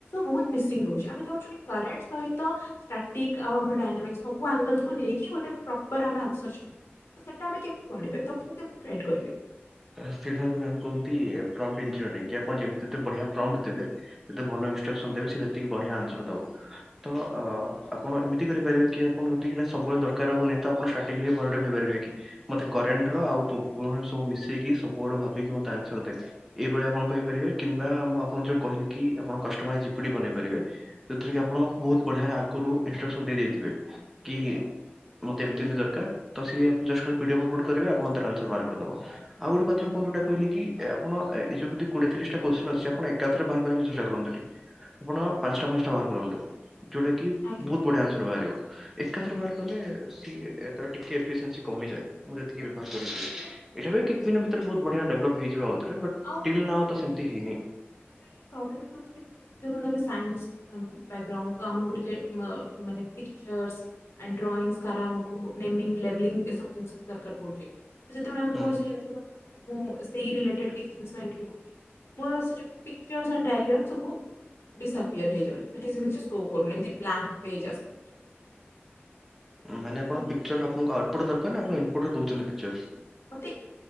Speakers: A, on the left; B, in the centre.
A: ବହୁତ୍ ମିସିଂ ରହୁଛି। ଆମେ ଚାହୁଁଛୁ କି କରେଣ୍ଟ ସହିତ ଷ୍ଟାଟିକ ଆଉ ଆମର ଡାଇନାମିକ ସବୁ ଆଙ୍ଗଲକୁ ନେଇ କି ଗୋଟେ ପ୍ରପର୍ ଆମେ ଆନ୍ସର ଚାହୁଁଚୁ। ସେଟା ଆମେ କେମତି ବନେଇ ପାରିବୁ, ତାକୁ କେମତି କ୍ରିଏଟ କରିବି?
B: ସେଇଟା ହଉଚି ମ୍ୟାମ୍ କହନ୍ତି ପ୍ରମ୍ପଟିଂଥିଅରିଂ। କି ଆପଣ ଯେମତି ବଢିଆ ପ୍ରମ୍ପ୍ଟ ଦେବେ, ସେତେ ଭଲ ଯେମତି ଇନଷ୍ଟ୍ରକ୍ସନ ଦେବେ ସେତିକି ବଢିଆ ଆନ୍ସର୍ ଦବ। ତ ଆପଣ ଏମିତି କରିପାରିବେ କି ଆପଣ ଯଦି ଏଇରା ସବୁବେଳେ ଦରକାର ହଉନି ତ ଆପଣ ଷ୍ଟାଟିଙ୍ଗ ବି ଭଲରେ କରିପାରିବେ। କି ମୋତେ କରେଣ୍ଟର ଆଉ ପୁରୁଣା ସବୁ ମିଶିକି ଦେଇକି ସବୁଆଡୁ ଭାବିକି ମୋତେ ଆନସର ଦେ। ଏଇଭଳିଆ ଆପଣ କହିପାରିବେ କିମ୍ବା ମୁଁ ଆପଣଙ୍କୁ ଯୋଉ କହିଲି କି ଆପଣ କଷ୍ଟମାଇଜ ଜି ପି ଟି ବନେଇପାରିବେ। ଯୋଉଥିରେ କି ଆପଣ ବହୁତ୍ ବଢିଆ ଆଗରୁ ଇନଷ୍ଟ୍ରକସନ ଦେଇଦେଇଥିବେ କି ମତେ ଏମତି ଏମତି ଦରକାର ତ ସିଏ just P D F upload କରିବେ, ଆପଣ ଆନ୍ସର ତାର ବାହାର କରିଦବ। ଆଉ ଗୋଟେ କଥା ଆପଣ ଯୋଉଟା କହିଲେ କି ଆପଣ ଏ ଯୋଉ ଯଦି କୋଡିଏ ତିରିଶଟା କୋଶ୍ଚିନ ଅଛି। ଆପଣ ଏକାଥରେ ବାହାର କରିବାକୁ ଚେଷ୍ଟା କରନ୍ତୁନି। ଆପଣ ପାଞ୍ଚଟା ପାଞ୍ଚଟା ବାହାର କରନ୍ତୁ। ଯୋଉଟାକି
A: ଆଜ୍ଞା
B: ବହୁତ ବଢିଆ ଆନ୍ସର ବାହାରିବ। ଏକାଥରେ ବାହାର କଲେ ସିଏ ତାର ଟିକେ ଇଫେଶିଏନ୍ସି କମିଯାଏ। ମୁଁ ଯେତିକି ବ୍ୟବହାର କରିଛି। ଏଟା ବି
A: ହୁଁ।
B: ଠିକ୍ ଛି ଦିନ ଭିତରେ ବହୁ ବଢିଆ ଡେଭଲପ୍ ହେଇଯିବ ଆଉ। ଭିତରେ ବଟ୍
A: ଆଉ
B: ଟିଲ ନାଓ
A: ଏବେ
B: ତ ସେମିତି ହେଇନି।
A: ପାଇଁ ଟିକେ ପ୍ରୋବ୍ଲେମ ରହୁଛି କି ଦେଖନ୍ତୁ ଆମେ ସାଇନ୍ସ ବ୍ୟାଗ୍ରାଉଣ୍ଡ ତ ଆମକୁ ଟିକେ ଅ ମାନେ ପିକଚର୍ସ ଆଣ୍ଡ ଡ୍ରଇଂସ କରା ଆମକୁ ନେମିଂ ଲେବଲିଂ ଏସବୁ ଜିନିଷ ଦରକାର ପଡୁଚି। ଯେତେବେଳେ ଆମେ
B: ହୁଁ
A: କୌଣସି ଜିନିଷକୁ <unintelligible> ମୁଁ ସେଇ ରିଲେଟେଡ୍ କି ଜିନିଷ ଏଣ୍ଟ୍ରି କରୁଛି ମୋର ସେ ଯୋଉ ପିକଚର୍ସ ଆଣ୍ଡ ଡାଇଗ୍ରାମ ସବୁ ଡିିସଆପିଅର ହେଇଯାଉଛି। ସେଠି ସେ କିଛି ସୋ କରୁନି, ଏମତି ବ୍ଲାଙ୍କ ପେଜ ଆସିଯାଉଛି।
B: ମାନେ ଆପଣ
A: ତ
B: ପିକଚର ଆପଣଙ୍କୁ ଆଉଟପୁଟ ଦରକାର ନା, ଆପଣ ଇନପୁଟରେ ଦଉଛନ୍ତି ପିକଚର୍ସ?
A: ମତେ